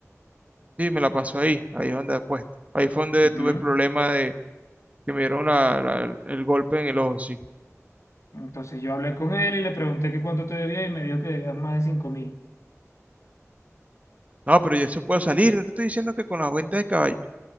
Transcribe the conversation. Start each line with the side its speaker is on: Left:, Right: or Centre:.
Right: Sí, me la pasó ahí, ahí es donde después. Ahí fue donde
Left: Ujú.
Right: tuve el problema de que me dieron la- la- el golpe en el ojo, sí.
Left: Entonces yo hablé con él y le pregunté que cuánto te debía y me dijo que debías más de cinco mil.
Right: No, pero yo eso puedo salir, no te estoy diciendo que con la cuenta de caballo